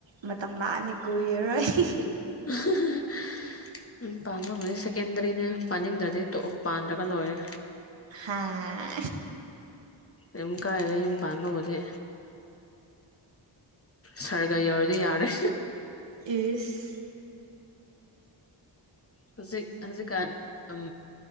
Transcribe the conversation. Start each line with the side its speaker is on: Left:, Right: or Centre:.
Right: ꯃꯇꯝ ꯂꯥꯛꯑꯅꯤ ꯀꯨꯏꯔꯔꯣꯏ
Left: <unintelligible> ꯎꯝ ꯄꯥꯟꯕꯕꯨꯗꯤ ꯁꯦꯀꯦꯟꯗ꯭ꯔꯤꯅ ꯄꯥꯟꯅꯤꯡꯗ꯭ꯔꯗꯤ ꯇꯣꯛꯎ ꯄꯥꯟꯗ꯭ꯔꯒ ꯂꯣꯏꯔꯦ
Right: ꯍꯥꯥ
Left: ꯌꯨꯝ ꯀꯥꯏꯗꯩ ꯌꯨꯝ ꯄꯥꯟꯕꯕꯨꯗꯤ ꯁꯥꯔꯒ ꯌꯧꯔꯗꯤ ꯌꯥꯔꯦ
Right: ꯏꯁ
Left: ꯍꯧꯖꯤꯛ ꯍꯧꯖꯤꯛꯀꯥꯟ ꯑꯝ